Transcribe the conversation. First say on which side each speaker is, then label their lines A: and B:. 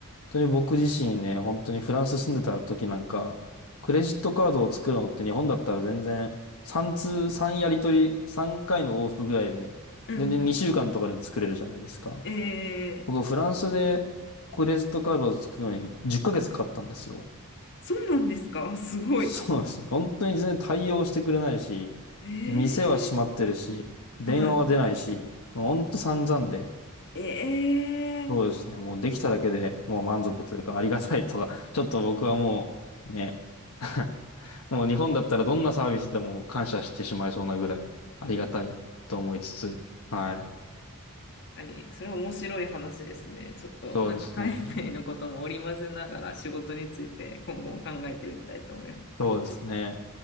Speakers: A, on the left (about 75°); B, on the left (about 55°).
A: 当に僕自身ね、本当にフランス住んでた時なんか、クレジットカードを作るのって日本だったら全然3通、3やり取り、3回の往復ぐらいで、
B: うんう
A: 全然2週間とかで作れるじゃないですか。
B: ん。え
A: 僕はフランスでクレジットカードを作るのに10ヶ月かげつかかったんですよ。
B: ー、そうなんですかすごい。
A: そうですね。<laughs> 本当に全然対応してくれないし、
B: ええ
A: 店は閉まってるし、電話は出ないし、
B: はい。
A: もう本当散々で、
B: ええ
A: そうですね。もうできただけでもう満足というかありがたいとか、<laughs> ちょっと僕はもうね、<laughs> もう日本だったらどんなサービスでも感謝してしまいそうなぐらいありがたいと思いつつ、はい。
B: 確かにそれ面白い話ですね。ちょっとなんか海外のことも織り交ぜながら仕事について今後も考えてみたいと思います。
A: そうですね。そうですね。